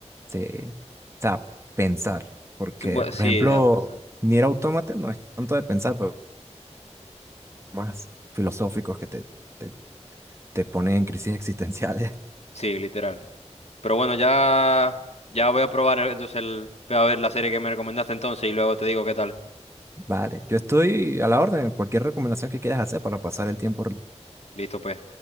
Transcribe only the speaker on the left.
Sí, bue-
sí,
eh, bastante.
Sí, literal. Pero bueno, ya, ya voy a probar eh, entonces el, voy a ver la serie que me recomendaste entonces y luego te digo qué tal.
Listo, pues.